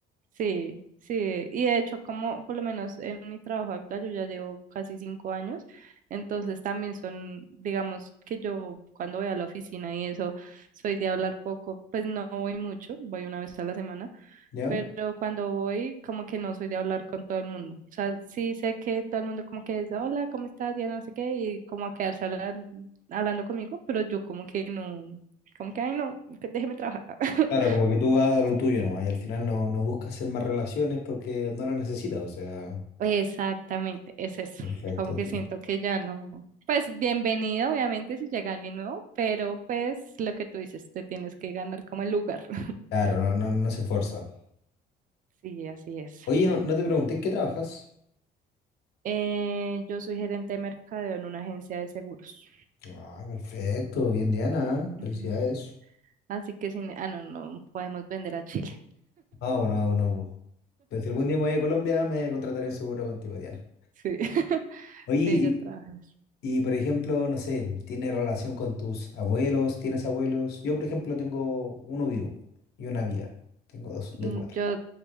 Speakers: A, on the right; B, on the left.
A: Sí, sí, y de hecho, como por lo menos en mi trabajo actual, yo ya llevo casi cinco años, entonces también son, digamos que yo cuando voy a la oficina y eso, soy de hablar poco, pues no voy mucho, voy una vez a la semana,
B: ¿no?
A: pero cuando voy, como que no soy de hablar con todo el mundo, o sea, sí sé que todo el mundo como que dice, hola, ¿cómo estás? ya no sé qué, y como a quedarse hablar- hablando conmigo, pero yo como que no, como que, ay, no, déjeme trabajar. <laughs>
B: Claro, como que tú vas a lo tuyo nomás y al final no, no buscas hacer más relaciones porque no las necesitas, o sea,
A: Exactamente, es eso.
B: perfecto,
A: Como que
B: Diana.
A: siento que ya no. Pues bienvenido, obviamente, si llega alguien nuevo, pero pues lo que tú dices, te tienes que ganar como el lugar. <laughs>
B: Claro, no, no, no se esfuerza.
A: Sí, así es.
B: Oye, no, no te pregunté en qué trabajas.
A: Eh, yo soy gerente de mercadeo en una agencia de seguros.
B: Ah, perfecto, bien, Diana, ¿eh? felicidades.
A: Ujú. Así que sin, ah, no, no podemos vender a Chile.
B: Ah, bueno, bueno, pues, pues si algún día me voy a Colombia me contrataré en seguro contigo, Diana.
A: Sí, <laughs>
B: Oye,
A: sí,
B: y,
A: yo trabajo en eso.
B: y, por ejemplo, no sé, ¿tiene relación con tus abuelos? ¿Tienes abuelos? Yo, por ejemplo, tengo uno vivo y una viva. Tengo dos de
A: Mm,
B: cuatro.
A: Yo